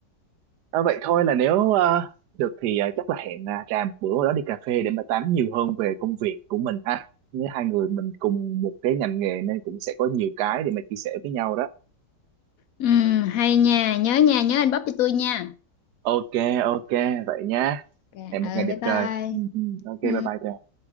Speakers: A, on the right; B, on the left.
A: À, vậy thôi là nếu ờ, được thì ờ, chắc là hẹn uh, trà một bữa đó đi cà phê để mà tám nhiều hơn về công việc của mình ha. Nếu hai người mình cùng một cái ngành nghề nên cũng sẽ có nhiều cái để mà chia sẻ với nhau đó.
B: ừ hay nha nhớ nha nhớ inbox cho tôi nha
A: Ok, ok, vậy nha.
B: Ok,
A: Hẹn
B: ừ
A: một ngày đẹp
B: bye bye
A: trời. Ừ, ừ. Ok, bye
B: ừ
A: bye trà.